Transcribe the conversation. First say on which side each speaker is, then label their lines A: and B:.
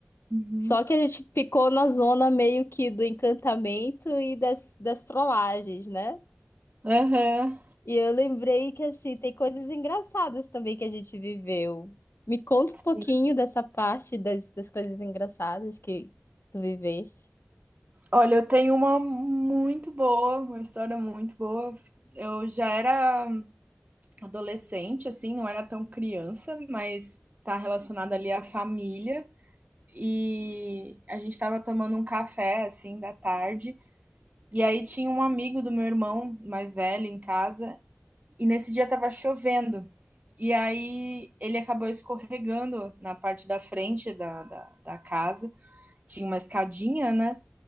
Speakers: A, on the right; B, on the left.
A: Uhum.
B: Só que a gente ficou na zona meio que do encantamento e das, das trollagens, né?
A: Aham.
B: E eu lembrei que, assim, tem coisas engraçadas também que a gente viveu. Me conta
A: Sim.
B: um pouquinho dessa parte das, das coisas engraçadas que tu viveste.
A: Olha, eu tenho uma muito boa, uma história muito boa. Eu já era adolescente, assim, não era tão criança, mas tá relacionada ali à família. E a gente tava tomando um café, assim, da tarde. E aí tinha um amigo do meu irmão mais velho em casa. E nesse dia tava chovendo. E aí ele acabou escorregando na parte da frente da, da, da casa. Tinha uma escadinha, né?